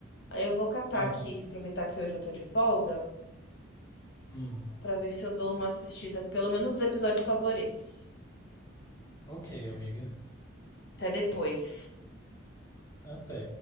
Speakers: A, on the left (about 60°); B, on the left (about 15°).
A: Aí eu vou catar
B: Aham.
A: aqui, aproveitar que hoje eu tô de folga,
B: Hum.
A: pra ver se eu dou uma assistida, pelo menos os episódios favoritos.
B: Ok, amiga.
A: Até depois.
B: Até.